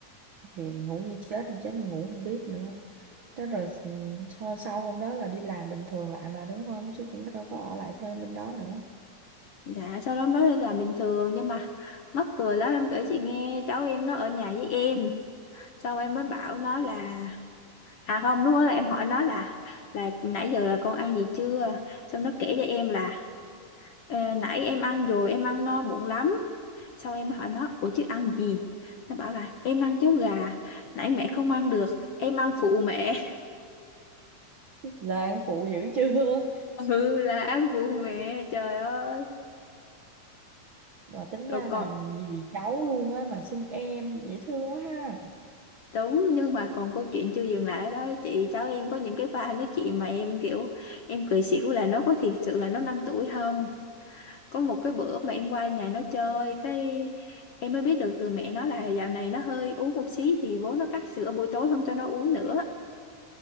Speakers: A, on the right (about 65°); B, on the left (about 60°).
A: thì ngủ như chết chết như ngủ không biết nữa thế rồi ừ, sau sau hôm đó là đi làm bình thường lại mà đúng không chứ cũng đâu có ở lại thêm bên đó nữa
B: dạ sau đó nói là bình thường nhưng mà mắc cười lắm em kể chị nghe cháu em nó ở nhà với em xong em mới bảo nó là à không lúc đó là em hỏi nó là là nãy giờ là con ăn gì chưa xong nó kể cho em là Ờ, nãy em ăn rồi em ăn no bụng lắm sau em hỏi nó ủa chứ ăn gì nó bảo là em ăn cháo gà nãy mẹ không ăn được em ăn phụ mẹ <laughs>
A: Lan phụ dữ chưa
B: ừ là ăn phụ mẹ trời ơi
A: mà tính
B: rồi
A: ra
B: còn
A: là dì cháu luôn á mà xưng em dễ thương quá ha
B: đúng nhưng mà còn câu chuyện chưa dừng lại ở đó chị cháu em có những cái pha nói chuyện mà em kiểu em cười xỉu là nó có thiệt sự là nó 5 tuổi không có một cái bữa mà em qua nhà nó chơi cái em mới biết được từ mẹ nó là dạo này nó hơi uống một xí thì bố nó cắt sữa buổi tối không cho nó uống nữa